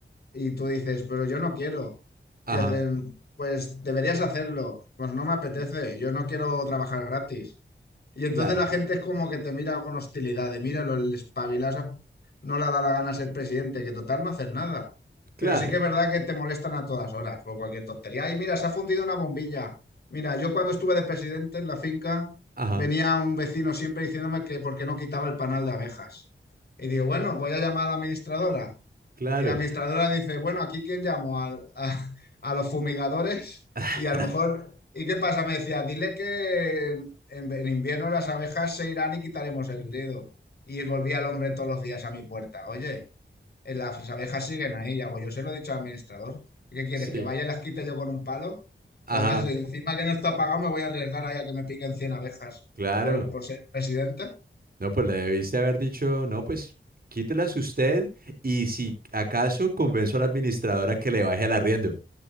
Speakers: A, on the left; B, on the right.
A: y tú dices, pero yo no quiero.
B: Ajá.
A: Y hacen, pues deberías hacerlo, pues no me apetece, yo no quiero trabajar gratis. Y entonces
B: Claro.
A: la gente es como que te mira con hostilidad, de míralo, el espabilasa no le da la gana ser presidente, que total no haces nada.
B: Claro.
A: Pero sí que es verdad que te molestan a todas horas por cualquier tontería. Ay, mira, se ha fundido una bombilla. Mira, yo cuando estuve de presidente en la finca,
B: Ajá.
A: venía un vecino siempre diciéndome que por qué no quitaba el panal de abejas. Y digo, bueno, voy a llamar a la administradora.
B: Claro.
A: Y la administradora dice, bueno, ¿aquí quién llamo? Al- a, a los fumigadores.
B: <laughs>
A: Y a lo mejor, ¿y qué pasa? Me decía, dile que en, en invierno las abejas se irán y quitaremos el dedo. Y volvía el hombre todos los días a mi puerta. Oye, eh, las abejas siguen ahí. Y hago, yo se lo he dicho al administrador. ¿Qué quieres?
B: Sí.
A: ¿Que vaya y las quite yo con un palo? ¿Sabes?
B: Ajá.
A: Encima que no está pagado me voy a arriesgar ahí a que me piquen 100 abejas
B: Claro.
A: por, por ser presidente.
B: No, pues le debiste haber dicho, no, pues quítelas usted y si acaso convenzo a la administradora que le baje al arriendo.